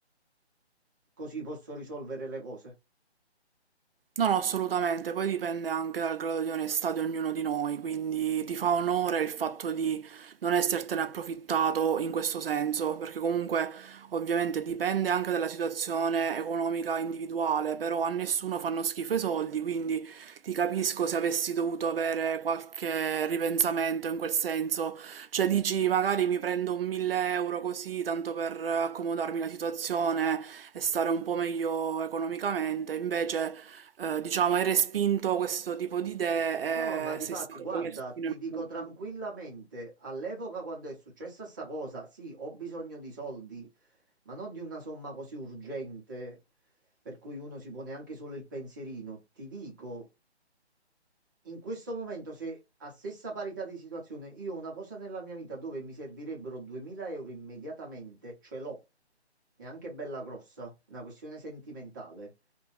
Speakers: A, on the right (about 20°); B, on the right (about 55°).
A: così posso risolvere le cose.
B: No, no, assolutamente, poi dipende anche dal grado di onestà di ognuno di noi, quindi ti fa onore il fatto di non essertene approfittato in questo senso, perché comunque ovviamente dipende anche dalla situazione economica individuale, però a nessuno fanno schifo i soldi, quindi ti capisco se avessi dovuto avere qualche ripensamento in quel senso, cioè dici magari mi prendo un 1000 euro così tanto per accomodarmi la situazione e stare un po' meglio economicamente, invece eh, diciamo, hai respinto questo tipo di idee
A: No, ma di
B: e sei
A: fatti,
B: stato
A: guarda,
B: messo fino
A: ti
B: in
A: dico
B: fondo.
A: tranquillamente, all'epoca quando è successa sta cosa, sì, ho bisogno di soldi, ma non di una somma così urgente per cui uno si pone anche solo il pensierino. Ti dico, in questo momento, se a stessa parità di situazione io ho una cosa nella mia vita dove mi servirebbero 2000 euro immediatamente, ce l'ho. È anche bella grossa, è una questione sentimentale.